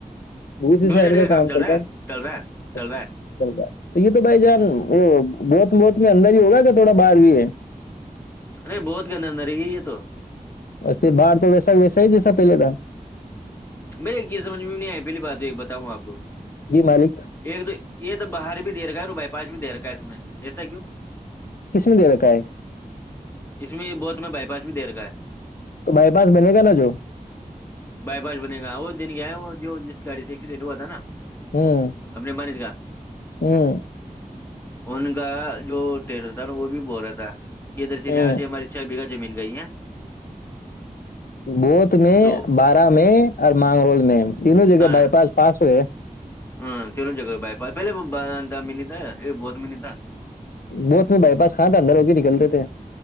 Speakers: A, on the left; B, on the left.
A: ب
B: دو
A: سائڈ کا کام
B: چل
A: کرتا
B: رہا ہے
A: ہے
B: چل رہا چل رہا ہے
A: چلتا ہے تو یہ تو بھائی جان
B: ہ
A: وہ بہت بہت میں اندر ہی ہوگا کہ تھوڑا باہر بھی ہے
B: نہیں بہت کے اندر اندر ہے یہ یہ تو
A: اور پھر باہر تو ویسا ویسا ہی جیسا پہلے کا
B: میں ایک یہز سمجھ میں نہیں آئے پہلی بات ایک بتاؤں آپ کو
A: جی مالک
B: ایک تو یہ تو باہر بھی دےیر کا ہے اور بائی پاس بھی دےیر کا ہے اس میں ایسا کیوں
A: کس نے دے رتا ہے
B: اس میں یہ بہت میں بائی پاس بھی دےیر کاا ہے
A: تو بائی پاس بنے گا نا جو
B: ا بنے گا وہ دن گیا ہے وہ جو جس گاڑی سے ایکسیڈینٹ ہوا تھا نا
A: ہوں
B: اپنے مانیت کا
A: ہوں
B: ان کا جو ٹل رہ تھا نا وہ بھی بو رہتا یہ درن
A: ہوں
B: یہاں سے ہماری چھ بگا زمین گ ہے
A: بوت میں
B: تو
A: بارہ میں اور مانگرول میں تینوں جگہ
B: ہاں
A: بائی پاس پس ہوئے
B: ہاں پلوں جگ بھائی پہلے م تھا بہت م تھا
A: وہت میں بائی پاس کہاں تھا اندر ہو کے نکلتے تھے